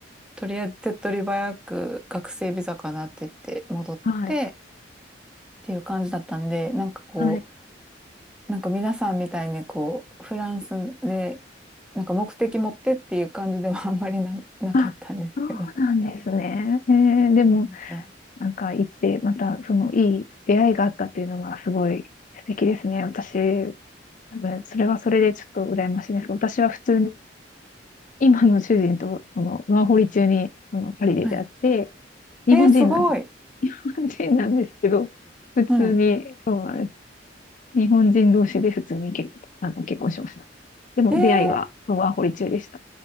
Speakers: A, in the centre; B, on the left.
A: とりあえず手っ取り早く学生ビザかなって言って戻って
B: はい、
A: っていう感じだったんで、なんかこ
B: はい。
A: う、なんか皆さんみたいにこう、フランスで、なんか目的持ってっていう感じでは <laughs> あんまりな、なかったんですけど。
B: あ、そうなんですね。
A: そ
B: えー、でも、
A: うなんですよ
B: なんか、行って、また、その、いい出会いがあったっていうのが、すごい素敵ですね。私、多分、それはそれでちょっと羨ましいんですけど、私は普通に、今の主人と、その、ワーホリ中に、その、パリで出会って、
A: はい。
B: 日本人なんです。
A: えー、すごい。
B: 日本人なんですけど、普通に、
A: はい。
B: そうなんです。日本人同士で普通に結、あの、結婚しました。でも出会いはワーホリ中でした。
A: えー、